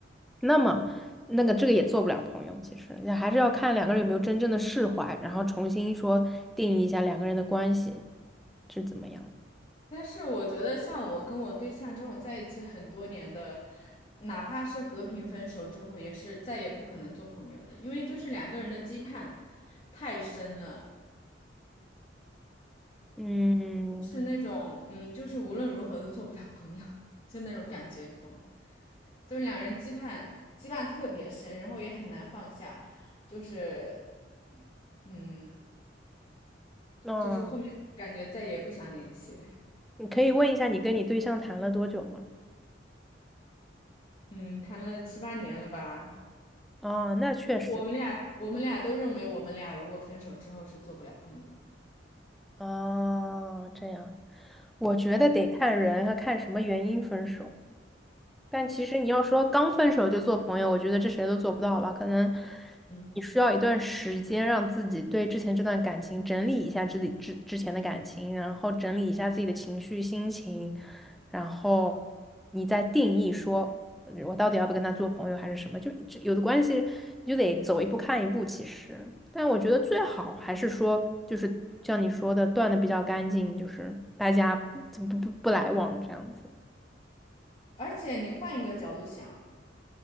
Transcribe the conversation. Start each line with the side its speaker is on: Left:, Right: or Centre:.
Centre: 那么那个这个也做不了朋友，其实也还是要看两个人有没有真正的释怀，然后重新说定义一下两个人的关系是怎么样。
Left: 但是我觉得，像我跟我对象这种在一起很多年的，哪怕是和平分手之后，也是再也不可能做朋友的，因为就是两个人的羁绊太深了，
Centre: 嗯，
Left: 是那种嗯，就是无论如何都做不了朋友，<laughs> 就那种感觉，你懂吗？就是两人羁绊羁绊特别深，然后也很难放下，就是嗯，
Centre: 那、
Left: 就是后面感觉再也不想联系了，
Centre: 你可以问一下你跟你对象谈了多久吗？
Left: 嗯，谈了七八年了吧。
Centre: 哦，那确实，
Left: 我们俩我们俩都认为我们俩如果分手之后是做不了朋友的。
Centre: 哦，这样，我觉得得看人和看什么原因分手。
Left: 嗯
Centre: 但其实你要说刚分手就做朋友，我觉得这谁都做不到吧。可能
Left: 嗯
Centre: 你需要一段时间让自己对之前这段感情整理一下自己之之前的感情，然后整理一下自己的情绪、心情，然后
Left: 嗯，
Centre: 你再定义说我到底要不跟他做朋友还是什么。就这有的关系你就得走一步看一步，其实。但我觉得最好还是说，就是像你说的，断的比较干净，就是大家不不不来往这样子。
Left: 而且你换一个角度想，